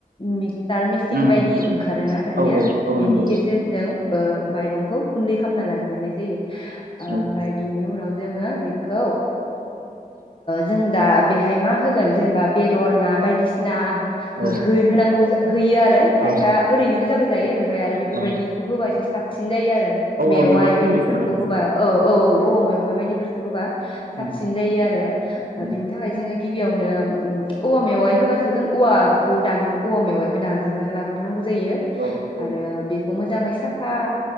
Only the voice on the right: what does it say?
उम
औ औ
नंगौ औ
उम
औ
औ
औ
औवा
मेवाइबो
होयो खोमा ना
उम
उम
औ औ